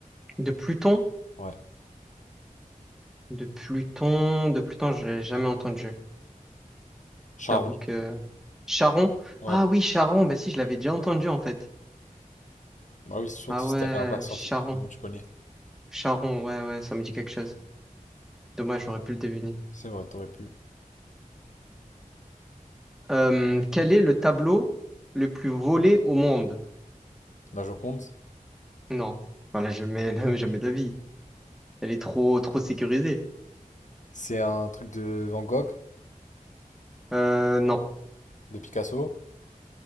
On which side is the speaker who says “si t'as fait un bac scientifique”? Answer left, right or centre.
Left